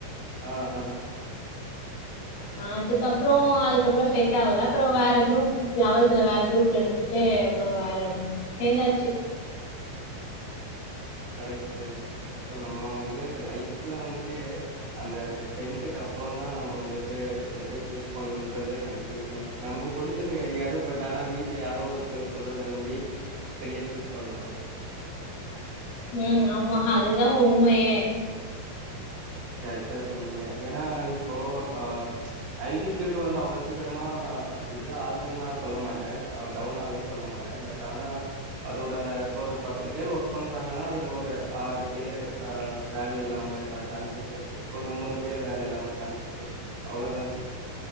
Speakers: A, on the right; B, on the left.
A: ஆ ஆ
B: அதுக்கப்றோ அதுக்கப்றோ செட் ஆவல அப்றோ வேற குரூப் லெவல்த்துல வேற குரூப் எடுத்துட்டு அப்றோ வேற சேந்தாச்சு
A: கரெக்ட் கரெக்ட் ஸோ நம்ம வந்து லைஃப்ல வந்துட்டு அந்த டென்த்துக்கு அப் பறோந்தா நம்ம வந்துட்டு எத சூஸ் பண்ணன்றதே கன்ப்யூஷனே நமக்கு பிடிச்சது கெடைக்காது பட் ஆனா வீட் ல யாரோ ஒருத்தங்க சொல்றத நம்பி கெரியர் சூஸ் பண்றோ
B: ம் ஆமா அதுதா உண்மையே
A: கரெக்டா சொன்னீங்க ஏன்னா இப்போ ஆ ஐ டி ஃபீல்டு வந்து அவ்ளோ சீக்கிரமா இது ஆகுன்லா நா சொல்ல மாட்டே டவுன் ஆகுன் சொல்ல மாட்டே பட் ஆனா அதோட பொறுப் பத்து பேர் ஒர்க் பண்றாங்கன்னா அதுல ஒரு ஆறு பேரு அ வேலை இல்லாம இருக்கா சான்சஸ் இருக்கு ஒரு மூணு பேர் வேலை இல்லாம சான்சஸ் இருக்கு அவ்ளோதான் சிஸ்டம்